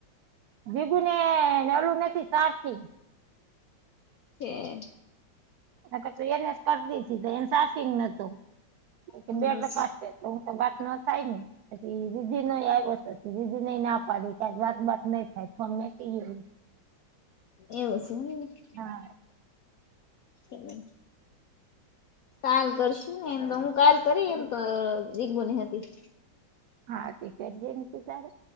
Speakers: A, on the right; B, on the left.
A: દીધું ને નેલું નથી સારથી
B: હ <inaudible>
A: પી એને કરતી તો એને ચાજીગ નતું
B: હમ
A: બેડકાશે તો હું તો વાત ન થાય ને પછી દીદી ન આવ દીદી નેઈ ના પાડી કે વાત બાત નઈ થાય તો અમને કહીએ
B: એવું છે.
A: હા
B: હમ કાલ કરશું ને એમ તો હું કાલ કરી એમ તો રીગભોને હતી
A: હા તી કરી જે ને તો તારે